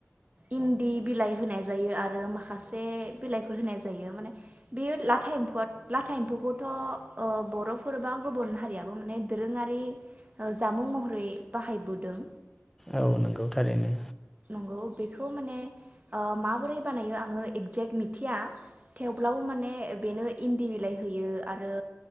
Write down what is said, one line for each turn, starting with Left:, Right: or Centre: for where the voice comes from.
Right: इन्दि बिलाइ होनाय जायो आरो माखासे बिलाइफोर होनाय जायो माने बेयो लाथा एम <unintelligible> लाथा एम्फौखौथ' बर' फोरबा गुबुन हारियाबो माने दोरोङारि जामुं महरै बाहायबोदों।
Centre: औ नंगौ थारैनो।
Right: औ बेखौ माने ओ माबोरै बानायो आङो एगजेक्ट मिथिया। थेवब्लावो माने बेनो इन्दि बिलाइ होयो। आरो